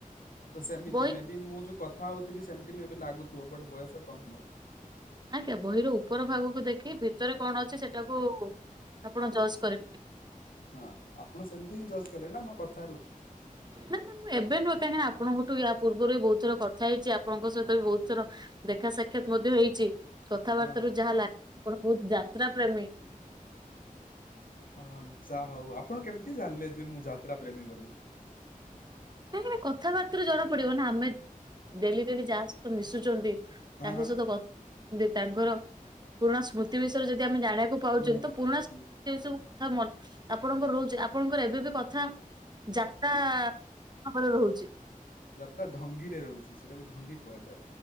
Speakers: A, on the left (about 75°); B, on the right (about 30°).
A: ତ ସେମିତି
B: ବହି
A: ମେ ବି ମୁଁ ଯୋଉ କଥା ହୋଉଥିବି ସେମିତି ମେ ବି ଲାଗୁଥିବ ବଟ ବୟସ କମ୍ ମୋର।
B: ଆଜ୍ଞା ବହିର ଉପର ଭାଗକୁ ଦେଖି ଭିତରେ କଣ ଅଛି ସେଟାକୁ ଆପଣ ଜଜ୍ କରିପାରିବେ
A: ହଁ ଆପଣ ସେମିତି ହିଁ ଜଜ୍ କଲେ ନା ମୋ କଥାରୁ।
B: ନା ନା ଏବେ ନୁହେଁ କାହିଁକି ନା ଆପଣଙ୍କଠୁ ୟା ପୂର୍ବ ବି ବୋହୁତ ଥର କଥା ହେଇଚି। ଆପଣଙ୍କ ସହିତ ବି ବୋହୁତ ଥର ଦେଖା ସାକ୍ଷାତ ମଧ୍ୟ ହେଇଚି। କଥାବାର୍ତ୍ତା
A: ହଁ।
B: ରୁ ଯାହା ଲା ଆପଣ ବୋହୁତ ଯାତ୍ରା ପ୍ରେମୀ।
A: ହଁ ଯାହା ହୋଉ ଆପଣ କେମିତି ଜାଣିଲେ ଯେ ମୁଁ ଯାତ୍ରା ପ୍ରେମୀ ବୋଲି?
B: କାହିଁକ ନା କଥାବାର୍ତ୍ତାରୁ ଜଣା ପଡିବ ନା ଆମେ ଡେଲି ଡେଲି ଯାହା ସହିତ ମିଶୁଚନ୍ତି।
A: ହଁ
B: ତାଙ୍କ
A: ହଁ
B: ସହିତ କ ତାଙ୍କର ପୁରୁଣା ସ୍ମୃତି ବିଷୟରେ ଯଦି ଆମେ ଜାଣିବା ପାଉଚନ୍ତି
A: ହୁଁ ହୁଁ
B: ତ ପୁରୁଣା ସ୍ମୃତି
A: ହୁଁ।
B: ଏସବୁ କଥା ମ ଆପଣଙ୍କ ରହୁଚି ଆପଣଙ୍କର ଏବେ ବି କଥା ଯାତ୍ରା ଭାବରେ ରହୁଚି।
A: ଯାତ୍ରା ଢଙ୍ଗି ରେ ରହୁଚି ସେଇଟାକୁ ଢଙ୍ଗି କୁହାଯାଏ।